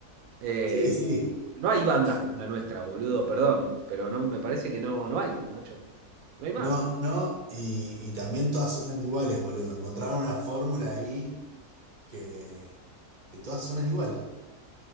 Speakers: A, on the right (about 70°); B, on the right (about 40°).
A: Eh,
B: Sí, sí.
A: no hay bandas
B: Eh,
A: como la nuestra, boludo, perdón. Pero no, me parece que no, no hay, macho. No hay más.
B: no, no, y, y también todas suenan iguales, boludo. Encontraron una fórmula ahí que, que todas suenan igual.